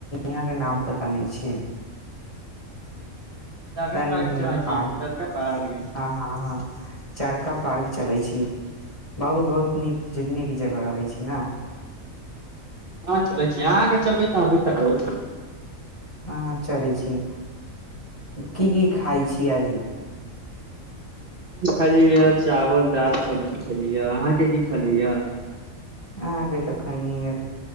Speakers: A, on the left; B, on the right.
A: यहाँ के नाम पता नहि छै
B: चरखा
A: त
B: पार्क
A: नीक
B: चलै
A: नीक पार्क
B: छी चरखा पार्क
A: हँ हँ हँ चारका पार्क चलई छी बहुत बहुत नीक जग नीक जगह रहै छी न
B: हँ चलै छी अहाँके चलबै तऽ हम भी चलबय
A: हँ हँ चलै छी की की खाय छी आज
B: खालीए चावल दाल सब्जी खेलीए अहाँके की खालीए या
A: अहाँके तऽ खैनी य